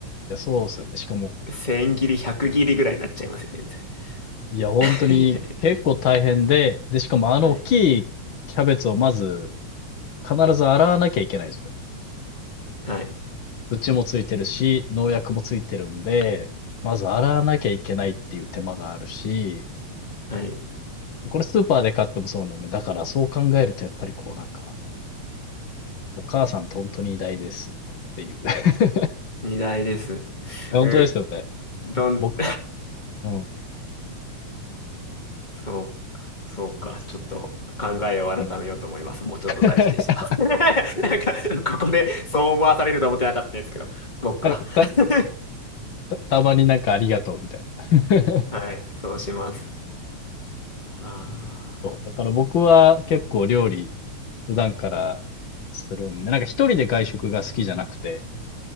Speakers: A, on the left (about 60°); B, on the left (about 15°).
A: いや、そうですよね。しかも、
B: 千切り、百切りぐらいになっちゃいますよ、全然。
A: いや、本当に結構大変で、
B: <laughs>
A: で、しかもあの大きいキャベツをまず
B: はい。
A: 必ず洗わなきゃいけないんですよ。
B: はい。
A: 土もついてるし、農薬もついてるんで、まず洗わなきゃいけないっていう手間があるし、
B: はい。
A: これスーパーで買ってもそうなんで、だからそう考えるとやっぱりこうなんか、お母さんって本当に偉大ですっていう。<laughs>
B: 二台です。
A: 本当ですよね。
B: う、どん、
A: 僕、
B: <laughs>
A: うん。
B: そう、そうか。ちょっと考えを改めようと思います。
A: うん
B: もうちょっと大事にしてます。
A: <laughs>
B: <laughs> なんか、ここでそう思わされると思ってなかったですけど。そうか。
A: なんか <laughs> た、
B: <laughs>
A: た、たまになんかありがとうみたいな。
B: はい、そうします。あ
A: そう。だから僕は結構料理普段からするんで、なんか一人で外食が好きじゃなくて、